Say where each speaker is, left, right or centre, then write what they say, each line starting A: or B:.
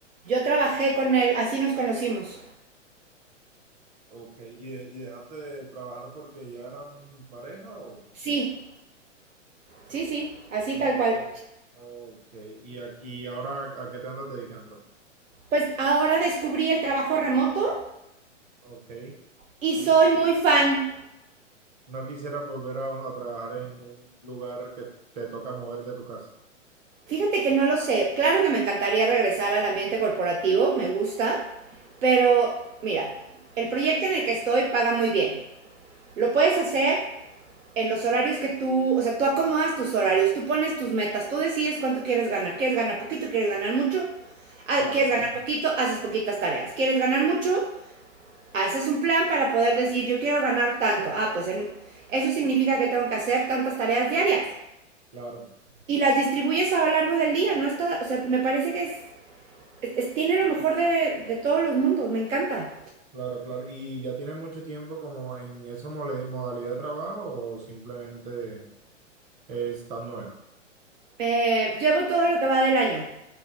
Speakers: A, on the right; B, on the right.
A: Yo trabajé con él, así nos conocimos.
B: ok, y, de- y dejaste de trabajar porque ya eran pareja o...
A: Sí, sí, sí, así
B: o,
A: tal cual.
B: Ok, y aquí ahora a qué te andas dedicando?
A: Pues ahora descubrí el trabajo remoto
B: Ok,
A: y
B: sí.
A: soy muy fan.
B: No quisieras volver a, a trabajar en un lugar que te toca mover de tu casa.
A: Fíjate que no lo sé. Claro que me encantaría regresar al ambiente corporativo, me gusta, pero mira, el proyecto en el que estoy paga muy bien. Lo puedes hacer en los horarios que tú, o sea, tú acomodas tus horarios, tú pones tus metas, tú decides cuánto quieres ganar. ¿Quieres ganar poquito? ¿Quieres ganar mucho? Ah,
B: Claro,
A: ¿Quieres ganar poquito? Haces poquitas tareas. ¿Quieres ganar mucho? Haces un plan para poder decir, yo quiero ganar tanto. Ah, pues en, eso significa que tengo que hacer tantas tareas diarias.
B: claro,
A: Y las distribuyes a lo largo del día, ¿no? Está, o sea, me parece que es, es tiene lo mejor de, de, todos los mundos, me encanta.
B: claro, claro. ¿Y ya tienes mucho tiempo como en esa mole- modalidad de trabajo o simplemente es tan nueva?
A: Eh, llevo todo lo que va del año.